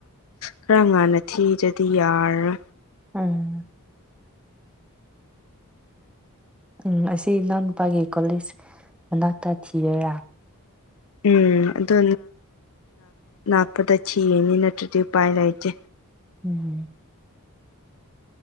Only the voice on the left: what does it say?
ꯈꯔ ꯉꯥꯟꯟꯅ ꯊꯤꯗꯗꯤ ꯌꯥꯔꯣꯏ
ꯎꯝ ꯑꯗꯣ ꯉꯛꯄꯗ ꯊꯅꯤ ꯅꯠꯇ꯭ꯔꯗꯤ ꯎꯄꯥꯏ ꯂꯩꯇꯦ